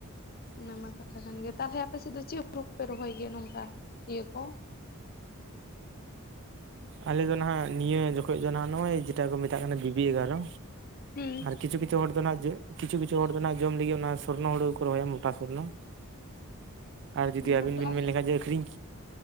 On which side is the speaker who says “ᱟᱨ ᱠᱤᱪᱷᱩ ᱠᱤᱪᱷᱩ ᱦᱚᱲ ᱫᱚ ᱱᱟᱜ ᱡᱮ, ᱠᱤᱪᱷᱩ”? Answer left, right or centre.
Right